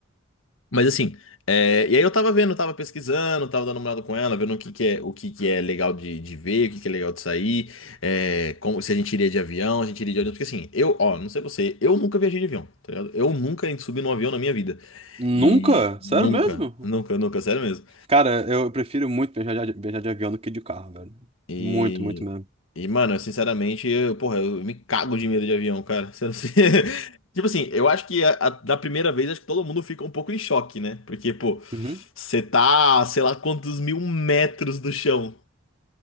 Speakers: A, on the left (about 70°); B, on the right (about 30°).
A: Mas assim, é, e aí eu tava vendo, tava pesquisando, tava dando uma olhada com ela, vendo o que que é, o que que é legal de, de ver, o que que é legal de sair, é, como, se a gente iria de avião, a gente iria de ônibus, porque assim, eu, ó, não sei você, eu nunca viajei de avião, tá ligado? Eu nunca subi num avião na minha vida.
B: Nunca?
A: E nunca,
B: Sério mesmo?
A: nunca, nunca, sério mesmo.
B: Cara, eu, prefiro muito viajar de, viajar de avião do que de carro, velho.
A: E,
B: Muito, muito mesmo.
A: e mano, eu, sinceramente, eu, porra, eu me cago de medo de avião, cara. <laughs> Você não se- <laughs> Tipo assim, eu acho que a- a- da primeira vez, acho que todo mundo fica um pouco em choque, né? Porque, pô,
B: Uhum.
A: você tá, sei lá quantos mil metros do chão.